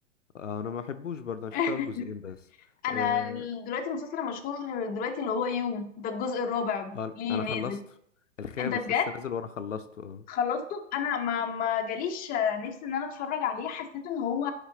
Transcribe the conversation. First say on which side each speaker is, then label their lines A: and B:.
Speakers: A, on the left (about 80°); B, on the left (about 25°).
A: آه، انا ما بحبوش برضه
B: <laughs>
A: انا شفت اول جزئين بس
B: أنا
A: آه،
B: دلوقتي المسلسل المشهور دلوقتي اللي هو يو ده الجزء الرابع
A: انا
B: ليه
A: أنا
B: نازل
A: خلصته الخامس
B: أنت بجد
A: لسه نازل وانا خلصته اه
B: خلصته انا ما ما جاليش آه، نفسي ان انا اتفرج عليه حسيت ان هو